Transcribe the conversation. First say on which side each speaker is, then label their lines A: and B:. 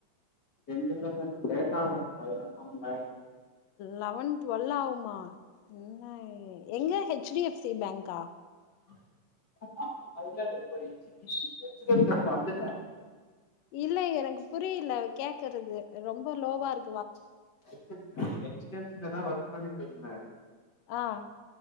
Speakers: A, on the left; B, on the left.
A: டென் இல்லங்க லேட் ஆவோ பதினொன் பன்னென்டாயிடு
B: லெவன் டுவெல் ஆவுமா ன்ன எங்க ஹெச் டி எஃப் சி பேங்கா
A: <inaudible> இல்ல இல்ல இப்ப H D C H D F C லந்து வந்துட்ட
B: இல்ல எனக்கு புரில கேக்கறது ரொம்ப லோவா இருக்
A: <inaudible> ஹெச் டி எஃப் சிலதா ஒர்க் பண்ணிட்டு இருந்த
B: ஆஹ்